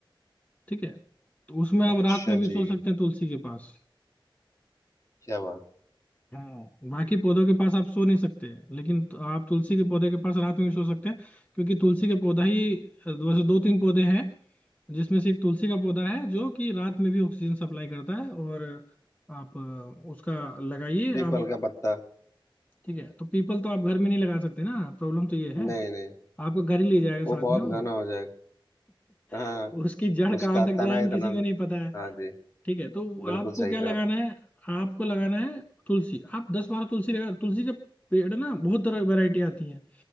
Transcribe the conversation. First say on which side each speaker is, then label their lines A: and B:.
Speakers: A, on the left; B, on the left.
A: ठीक है तो उसमें
B: अच्छा
A: आप रात में भी
B: जी
A: सो सकते हैं तुलसी के पास
B: क्या बात
A: हाँ बाकी पौधों के पास आप सो नहीं सकते लेकिन तो आप तुलसी के पौधे के पास रात में भी सो सकते हैं क्योंकि तुलसी के पौधा ही वैसे दो तीन पौधे हैं जिसमें से एक तुलसी का पौधा है जो कि रात में भी ऑक्सीजन सप्लाई करता है और आप अ, उसका लगाइए
B: पीपल
A: आप
B: का पत्ता
A: ठीक है तो पीपल तो आप घर में नहीं लगा सकते ना प्रॉब्लम तो ये है
B: नहीं नहीं
A: आपको घर ही ले जाएगा
B: वो
A: साथ
B: बहुत
A: में वो
B: घना हो जाएगा हाँ
A: <laughs> उसकी जड़ कहाँ
B: उसका
A: तक
B: तना
A: जाएंगे
B: इतना
A: किसी को नहीं पता
B: हाँ जी
A: ठीक है तो
B: बिल्कुल
A: आपको
B: सही
A: क्या
B: कहा
A: लगाना
B: आपने
A: है आपको लगाना है तुलसी आप दस बारह तुलसी लगा तुलसी के पेड़ ना बहुत तरह की वैरायटी आती है